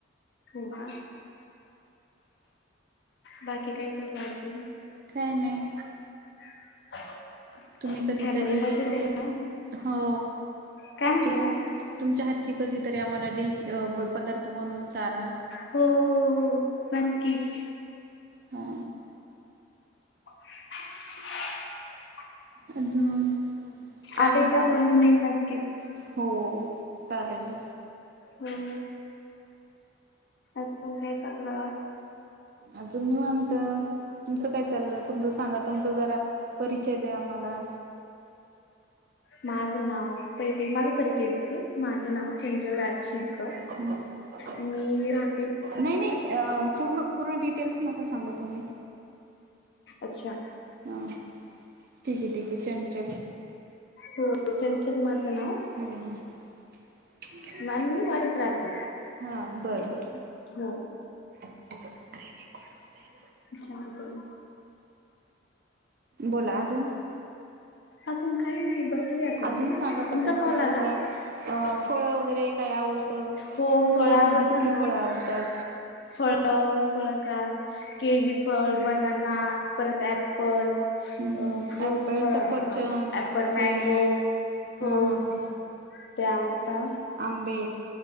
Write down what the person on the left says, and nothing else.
हो का. बाकी काय चाललं अजून.
<inaudible>
फॅमिली मजेत आहे ना?
काय म्हटलं
मॅम?
हो हो नक्कीच.
<inaudible>
आले
का बनवून देईन नक्कीच.
हम्म अजून काय चालल.
माझं नाव, पहिलं माझ परिचय देते. माझं नाव चंचल राज शिरकर.
मी राह
अच्छा.
हो चंचल माझं नाव.
आणि मी वारीत राहते
हो.
चालतय.
अजून काही नाही बसले आता
मी
तुमचा
कॉल
आला
हो फळ
आवडतं
ना
फळ फळ का, केवी फळ, बनना परत ऍप्पल. अ
फ्रूट्स
म
हा अप्पल,
मँगो. हो
ते आवडतात.